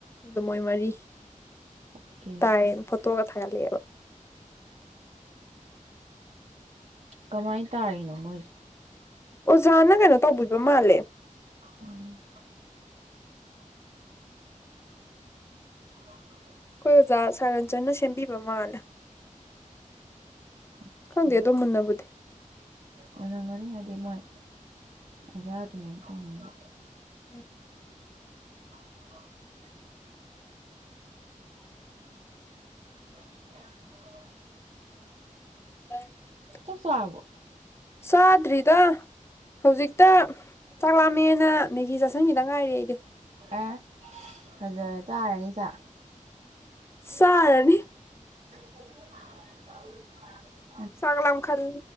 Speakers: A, on the left; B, on the right.
A: ꯑꯗꯨ ꯃꯣꯏ ꯃꯔꯤ
B: ꯑꯣꯀꯦ
A: ꯇꯥꯏꯌꯦ ꯐꯣꯇꯣꯒ ꯊꯥꯒꯠꯔꯛꯑꯦꯕ
B: ꯀꯃꯥꯏ ꯇꯔꯤꯅꯣ ꯃꯣꯏ
A: ꯑꯣꯖꯥꯅ ꯀꯩꯅꯣ ꯇꯧꯕꯤꯕ ꯃꯥꯜꯂꯦ
B: ꯎꯝ <inaudible>
A: ꯑꯩꯈꯣꯏ ꯑꯣꯖ ꯁꯥꯔ ꯐꯖꯅ ꯁꯦꯝꯕꯤꯕ ꯃꯥꯜꯂꯦ
B: ꯑꯣꯀꯦ
A: ꯈꯪꯗꯦ ꯑꯗꯣ ꯃꯨꯟꯅꯕꯨꯗꯤ
B: ꯑꯣꯏꯔꯝꯒꯅꯤ ꯍꯥꯏꯗꯤ ꯃꯣꯏ ꯑꯣꯖꯥ ꯑꯗꯨꯃꯥꯏ ꯇꯧꯅꯕ
A: ꯎꯝ
B: <unintelligible> <inaudible>
A: <unintelligible>
B: ꯆꯛ ꯆꯔꯕꯣ
A: ꯆꯥꯗ꯭ꯔꯤꯗ ꯍꯧꯖꯤꯛꯇ ꯆꯥꯛꯂꯥꯃꯦꯅ ꯃꯦꯒꯤ ꯆꯥꯁꯤꯟꯒꯤꯗ ꯉꯥꯏꯔꯤ ꯑꯩꯗꯤ
B: ꯑꯦ ꯐꯖꯔꯦ ꯆꯥꯔꯅꯤ ꯆꯥꯛ
A: ꯆꯥꯔꯅꯤ
B: <inaudible>
A: ꯆꯥꯛ ꯂꯝꯈꯠ